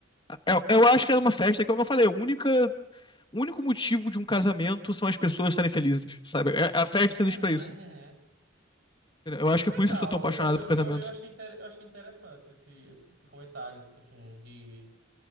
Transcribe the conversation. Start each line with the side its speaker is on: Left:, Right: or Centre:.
Left: eu, eu acho que é uma festa que, como eu falei, a única, o único motivo de um casamento são as pessoas estarem felizes, sabe? É- é A festa é feliz
Right: uhum,
Left: pra isso.
Right: uhum.
Left: Eu acho que
Right: Legal,
Left: é por isso que eu sou tão apaixonado
Right: eu, eu,
Left: por casamento.
Right: eu, eu achei, inter- eu achei interessante esse, esse tipo de comentário, tipo assim, de,